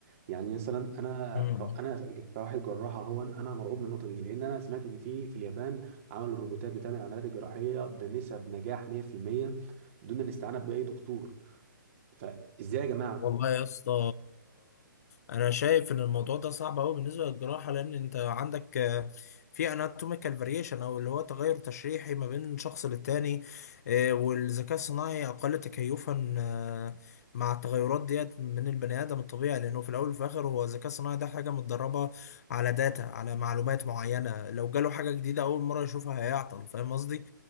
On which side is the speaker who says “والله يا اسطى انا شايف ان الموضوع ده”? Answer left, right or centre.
Left